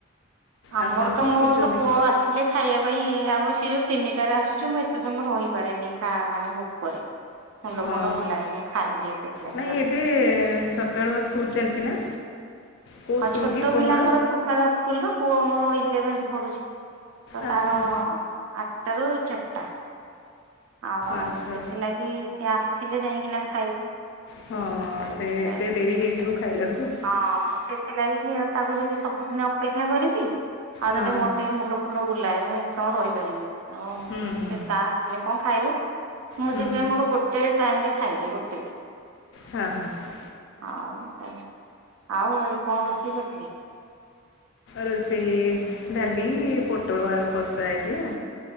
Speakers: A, on the right; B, on the left.
A: ଆମର
B: ଆପଣ
A: ତ
B: କଣ
A: ମୋର
B: କରୁଛନ୍ତି?
A: ତ ପୁଅ ଆସ ହେଲେ ଖାଇବା ପାଇଁ ଆମ ସିଏ ତିନିଟାରେ ଆସୁଛି ମୁଁ ଏତେ ସମୟ ରହିପାରେନି ହଁ ମାନେ ଭୋକ ରେ ମୁଣ୍ଡ
B: ହଁ
A: ଫୁଣ୍ଡ ବୁଲାଏ ମୁଁ ଖାଇଦିଏ ସେଥିଲାଗି
B: ନାଇଁ
A: ଜ
B: ଏବେ ସକାଳୁଆ ସ୍କୁଲ ଚାଲିଚି ନା। କୋଉ
A: ହଁ
B: ସ୍କୁଲ୍
A: ଛୋଟ
B: କି ପୁଅଙ୍କର
A: ପିଲାଙ୍କର ସ ସକାଳୁଆ ସ୍କୁଲ ର ପୁଅ ମୋର ଇଲେଭେନ୍ଥ ପଢୁଛି ତ
B: ଆଚ୍ଛା
A: ତାର ଆଟା ରୁୁ ଚାରିଟା। ଆଉ
B: ଆଚ୍ଛା।
A: ସେଥିଲାଗି ସିଏ ଆସିଲେ ଯାଇକିନା ଖାଇବୁ
B: ହଁ
A: ସେଥିପାଇଁ
B: ସେ ଏତେ ଡେରି ହେଇଯିବ ଖାଇଲା କୁ।
A: ହଁ ମୁଁ ସେଥିଲାଗି ତାକୁ ଯଦି ସବୁଦିନ ଅପେକ୍ଷା କରିବି ଆଉ
B: ହଁ
A: <unintelligible> ମୁଣ୍ଡ ମୁଣ୍ଡ ବୁଲାଏ ମୁଁ ଏତେ ସମୟ ରହିପାରେନି ଆଉ
B: ହୁଁ ହୁଁ
A: ସେ ତା ଆସିଲେ କଣ ଖାଇବ? ମୁଁ
B: ହୁଁ
A: ସେଥିପାଇଁ ମୋର ଗୋଟେ ଟାଇମ ରେ ଖାଇଦିଏ ଗୋଟେ ରେ।
B: ହଁ ହଁ। ହଁ।
A: ହଉ <unintelligible> ଆଉ ଏଇ କଣ ରୋଷେଇ କରିଥିଲେ?
B: ରୋଷେଇ ଡାଲି ପୋଟଳ ଆଳୁ କଷା ହେଇଥିଲା।